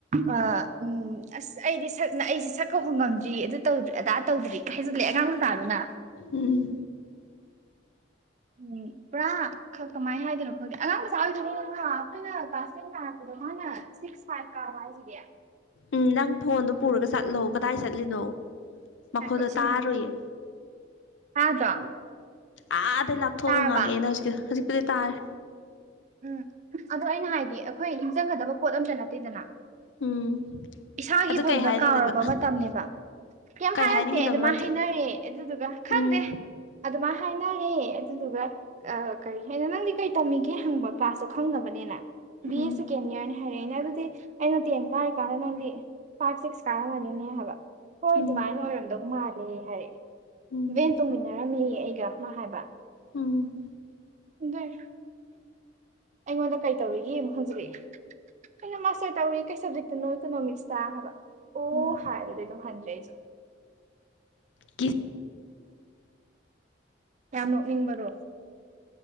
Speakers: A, on the right; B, on the left.
A: ꯑꯥ ꯎꯝ ꯑꯁ ꯑꯩꯗꯤ ꯁꯛꯅ ꯑꯩꯁꯦ ꯁꯛꯀꯧꯕ ꯉꯝꯗ꯭ꯔꯤ ꯑꯗꯨ ꯇꯧꯗ꯭ꯔꯤ ꯑꯗꯥ ꯇꯧꯗ꯭ꯔꯤ ꯀꯥ ꯍꯥꯏꯁꯨꯜꯂꯦ ꯑꯉꯥꯡ ꯃꯆꯥꯗꯨꯅ
B: ꯎꯝ
A: ꯎꯝ ꯄꯨꯔꯥ ꯀꯃꯥꯏꯅ ꯍꯥꯏꯗꯣꯏꯅꯣ ꯈꯪꯗꯦ ꯑꯉꯥꯡ ꯃꯆꯥ <unintelligible> ꯑꯩꯈꯣꯏꯅ ꯀ꯭ꯂꯥꯁ ꯇꯦꯟ ꯇꯥꯔꯛꯄꯗꯣ ꯃꯥꯅ ꯁꯤꯛ ꯐꯥꯏꯚ ꯍꯥꯢꯁꯤꯗꯤ
B: ꯎꯝ ꯅꯪ ꯐꯣꯟꯗꯨ ꯄꯨꯔꯒ ꯆꯠꯂꯣ ꯀꯗꯥꯏ ꯆꯠꯂꯤꯅꯣ ꯃꯈꯣꯏꯗꯣ
A: ꯉꯥꯏꯈꯣ ꯏꯁꯤꯡ
B: ꯇꯥꯔꯣꯏꯌꯦ
A: ꯇꯥꯗ꯭ꯔꯣ
B: ꯑꯥꯗꯩ ꯂꯥꯞꯊꯣꯛꯑꯒ
A: ꯇꯥꯔꯕ
B: ꯉꯥꯡꯉꯛꯑꯦ ꯅꯪ ꯍꯧꯖꯤꯀꯤꯗꯨ ꯍꯧꯖꯤꯛꯄꯨꯗꯤ ꯇꯥꯔꯦ
A: ꯎꯝ ꯑꯗꯣ ꯑꯩꯅ ꯍꯥꯏꯗꯤ ꯑꯩꯈꯣꯏ ꯅꯤꯡꯁꯤꯡꯒꯗꯕ ꯄꯣꯠ ꯑꯝꯇ ꯅꯠꯇꯦꯗꯅ
B: ꯎꯝ
A: ꯏꯁꯥꯒꯤ
B: ꯑꯗꯨ
A: ꯐꯧꯗ
B: ꯀꯩ ꯍꯥꯏꯅꯤꯡꯉꯤꯅꯣꯕ
A: ꯀꯥꯎꯔꯕ ꯃꯇꯝꯅꯦꯕ ꯀꯩꯌꯥꯝ
B: ꯀꯩ
A: ꯍꯥꯏꯔꯛꯇꯦ
B: ꯍꯥꯏꯅꯤꯡꯉꯤꯅꯣꯕ
A: ꯑꯗꯨꯃꯥꯏꯅ
B: ꯃꯥꯗꯣ
A: ꯍꯥꯏꯅꯔꯦ ꯑꯗꯨꯗꯨꯒ ꯈꯪꯗꯦ
B: ꯎꯝ
A: ꯑꯗꯨꯃꯥꯏ ꯍꯥꯏꯅꯔꯦ ꯑꯗꯨꯗꯨꯒ ꯑ ꯀꯔꯤ ꯍꯥꯏꯩꯅ ꯅꯪꯗꯤ ꯀꯩ ꯇꯝꯃꯤꯒꯦ ꯍꯪꯕ ꯀ꯭ꯂꯥꯁꯇꯣ ꯈꯪꯅꯕꯅꯦꯅ꯫ ꯕꯤ
B: ꯎꯝ
A: ꯑꯦ ꯁꯦꯀꯦꯟ ꯏꯌꯥꯔꯅꯤ ꯍꯥꯏꯔꯛꯑꯦꯅꯦ ꯑꯗꯨꯗꯤ ꯑꯩꯅ ꯇꯦꯟ ꯀꯥꯏꯔ ꯀꯥꯟꯗ ꯗ ꯅꯪꯗꯤ ꯐꯥꯏꯚ ꯁꯤꯛꯁ ꯀꯥꯔꯝꯃꯅꯤꯅꯦ ꯍꯥꯏꯕ ꯍꯣꯏ
B: ꯎꯝ
A: ꯑꯗꯨꯃꯥꯏꯅ ꯑꯣꯏꯔꯝꯗꯧ ꯃꯥꯜꯂꯦ ꯍꯥꯏꯔꯛꯑꯦ꯫
B: ꯎꯝ
A: ꯚꯦꯟ ꯇꯣꯡꯃꯤꯟꯅꯔꯝꯃꯦ ꯌꯦ ꯑꯩꯒ ꯃꯥ ꯍꯥꯏꯕ
B: ꯎꯝ꯫
A: ꯑꯗꯨꯏ ꯑꯩꯉꯣꯟꯗ ꯀꯩ ꯇꯧꯔꯤꯒꯦ ꯑꯃꯨꯛ ꯍꯨꯖꯤꯜꯂꯛꯑꯦ ꯑꯩꯅ ꯃꯥꯁꯇꯔ ꯇꯧꯔꯤ ꯀꯩ ꯁꯕꯖꯦꯛꯇꯅꯣ ꯏꯀꯣꯅꯣꯃꯤꯛꯁꯇ ꯍꯥꯏꯕ ꯑꯣ
B: ꯎꯝ
A: ꯍꯥꯏꯔ ꯑꯗꯨꯗꯩ ꯑꯗꯨꯝ ꯍꯟꯗ꯭ꯔꯦ ꯑꯩꯁꯨ꯫
B: ꯀꯤꯕ
A: ꯌꯥꯜꯝ ꯅꯣꯛꯅꯤꯡꯕꯗꯣ